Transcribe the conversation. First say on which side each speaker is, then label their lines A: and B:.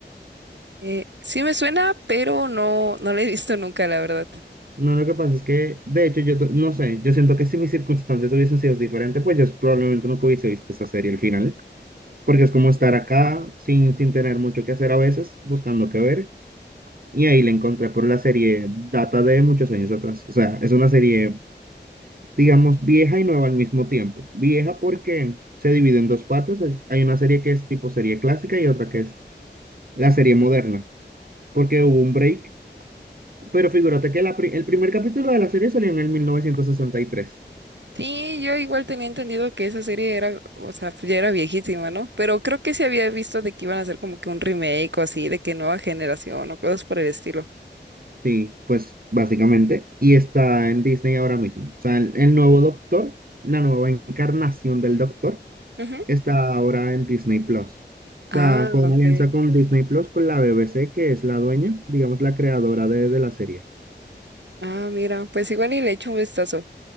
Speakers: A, on the right; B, on the right.
A: Eh, sí me suena, pero no, no la he visto nunca, la verdad.
B: No, lo que pasa es que, de hecho, yo to- no sé, yo siento que si mis circunstancias hubiesen sido diferentes, pues yo probablemente nunca hubiese visto esa serie al final, porque es como estar acá sin, sin tener mucho que hacer a veces, buscando qué ver, y ahí la encontré por la serie, data de muchos años atrás, o sea, es una serie digamos, vieja y nueva al mismo tiempo. Vieja porque se divide en dos partes. Hay hay una serie que es tipo serie clásica y otra que es la serie moderna, porque hubo un break. Pero figúrate que la pri- el primer capítulo de la serie salió en el mil novecientos sesenta y tres
A: Sí, yo igual tenía entendido que esa serie era, o sea, pues ya era viejísima, ¿no? Pero creo que sí había visto de que iban a hacer como que un remake o así, de que nueva generación o cosas por el estilo.
B: Sí, pues básicamente. Y está en Disney ahora mismo. O sea, el, el nuevo Doctor, la nueva encarnación del Doctor,
A: Ujú.
B: está ahora en Disney Plus. O
A: Ah,
B: sea, con
A: ok.
B: una alianza con Disney Plus, con la BBC, que es la dueña, digamos, la creadora de, de la serie.
A: Ah, mira, pues igual y le echo un vistazo.